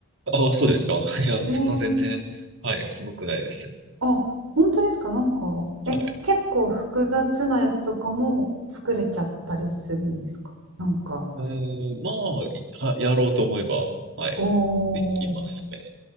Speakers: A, on the right (about 55°); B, on the right (about 80°).
A: あ、そうですか。<laughs> いや、
B: えー、
A: そんな全然、はい、すごくないですよ。
B: あ、本当ですかなんか、え、
A: はい。
B: 結構複雑なやつとかも作れちゃったりするんですかなんか。
A: うーん、まあ、は、やろうと思えば、はい、
B: お
A: できますね。
B: ー、